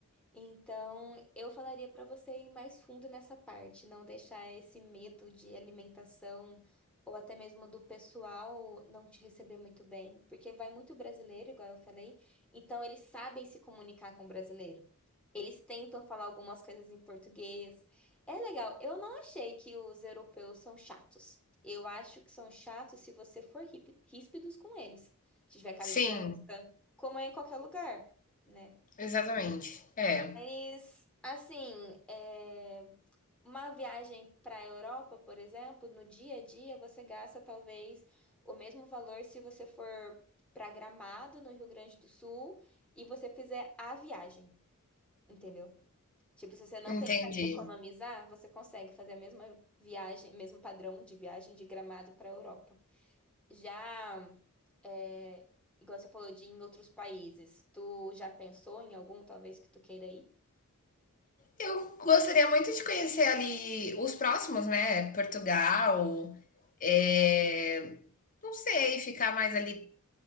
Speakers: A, in the centre; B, on the left (about 40°).
A: Então, eu falaria para você ir mais fundo nessa parte, não deixar esse medo de alimentação ou até mesmo do pessoal não te receber muito bem, porque vai muito brasileiro, igual eu falei, então eles sabem se comunicar com o brasileiro. Eles tentam falar algumas coisas em português. É legal, eu não achei que os europeus são chatos. Eu acho que são chatos se você for rípi- ríspidos com eles. Se tiver cara
B: Sim,
A: de bosta, como é em qualquer lugar, né?
B: exatamente. É,
A: Mas, assim, é, uma viagem para a Europa, por exemplo, no dia a dia você gasta talvez o mesmo valor se você for para Gramado, no Rio Grande do Sul, e você fizer a viagem, entendeu? Tipo, se você não
B: entendi.
A: pensar em economizar, você consegue fazer a mesma viagem, mesmo padrão de viagem de Gramado para a Europa. Já, é, igual você falou de ir em outros países, tu já pensou em algum, talvez, que tu queira ir?
B: Eu gostaria muito de conhecer ali os próximos, né? Portugal, é, não sei, ficar mais ali